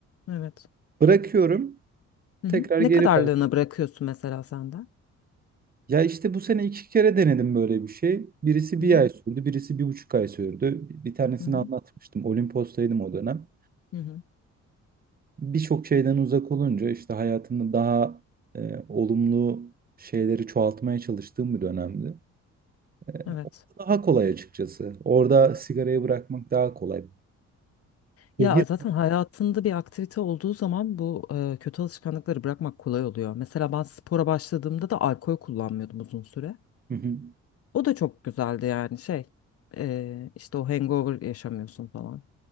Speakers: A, on the left; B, on the right.
A: Evet.
B: Bırakıyorum,
A: Hı hı.
B: tekrar
A: Ne
B: geri
A: kadarlığına
B: bak.
A: bırakıyorsun mesela senden?
B: Ya işte bu sene iki kere denedim böyle bir şey. Birisi bir
A: Hı hı.
B: ay sürdü, birisi bir buçuk ay sürdü. Bir tanesini
A: Hı hı.
B: anlatmıştım. Olimpos'taydım o dönem.
A: Hı hı.
B: birçok şeyden uzak olunca işte hayatında daha e, olumlu şeyleri çoğaltmaya çalıştığım bir dönemdi. E,
A: Evet.
B: orada daha kolay açıkçası. Orada sigarayı bırakmak daha kolay.
A: Ya
B: Şehir.
A: zaten hayatında bir aktivite olduğu zaman bu e, kötü alışkanlıkları bırakmak kolay oluyor. Mesela ben spora başladığımda da alkol kullanmıyordum uzun süre.
B: Hı hı.
A: O da çok güzeldi yani şey e, işte o hangover yaşamıyorsun falan.